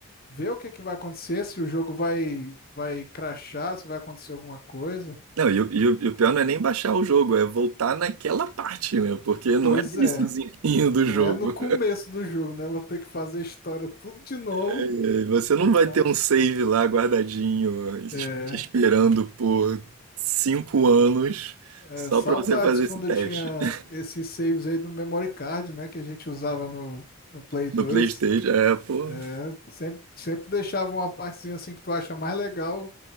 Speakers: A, on the left; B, on the right.
A: ver o que que vai acontecer, se o jogo vai vai crashar, se vai acontecer alguma coisa.
B: Não, e, o- e, o e o pior não é nem baixar o jogo, é voltar naquela parte, né? Porque não
A: Pois
B: é no iniciozinho
A: é, não
B: do jogo.
A: é no começo do jogo, né? Eu Vou ter que fazer a história tudo de novo.
B: É, Você não vai
A: Aí-
B: ter um save lá guardadinho, es-
A: É.
B: te esperando por cinco anos
A: É,
B: só
A: saudades
B: pra você fazer
A: quando
B: esse teste.
A: eu tinha
B: <laughs>
A: esses saves aí do memory card, né? Que a gente usava no, no Play 2.
B: No PlayStation, é, pô,
A: É, sempre, sempre deixava uma partezinha assim que tu acha mais legal.